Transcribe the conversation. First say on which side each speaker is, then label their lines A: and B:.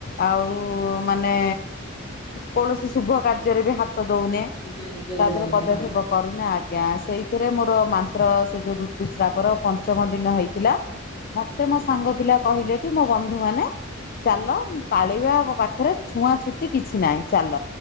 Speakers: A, on the left (about 45°); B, on the left (about 25°).
A: ଆଉ ମାନେ କୌଣସି ଶୁଭ କାର୍ଯ୍ୟରେ ବି ହାତ ହାତ ଦଉନେ,
B: ମାନେ ଯୋଗ
A: ତା ଦେହରେ
B: ଦଉନି
A: ପଦକ୍ଷେପ
B: ହଁ
A: କରୁନେ, ଆ ଆଜ୍ଞା। ସେଇଥିରେ ମୋର ମାତ୍ର ସେ ଯୋଉ ଋତୁସ୍ରାବର ପନ୍ ପଞ୍ଚମ ଦିନ ହେଇଥିଲା। ମତେ ମୋ ସାଙ୍ଗ ପିଲା କହିଲେ କି, ମୋ ବନ୍ଧୁ ମାନେ ଚାଲ, କାଳିି ବାଆବ ପାଖରେ ଛୁଆଁ ଛୁତି କିଛି ନାହିଁ, ଚାଲ।